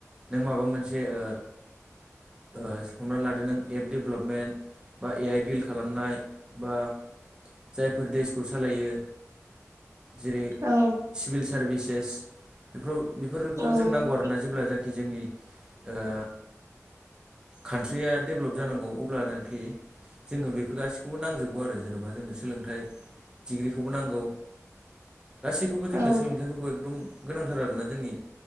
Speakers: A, on the right; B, on the right.
A: नों माबा मोनसे ओ ओ हमना लादो नों एप डेभेलपमेन्ट बा ए आइ बिल खालामनाय बा जायफोर देसखौ सालायो जेरै
B: औ
A: सिभिल सारभिसेस बेफोराव बेफोरखौ
B: औ
A: जों नांगौ आरोना जेब्ला जा खि जोंनि ओ कान्ट्रिया डेभलप जानांगौ अब्लानोखि जोङो बेफोर गासैखौबो नांजोबगौ आरो जेनेबा जोंनो सोलोंथाइ दिग्रि खौबो नांगौ गासैखौबो जोंनो
B: औ
A: सोलोंथाइफोरखौ एकदम गोनांथार आरोना जोंनि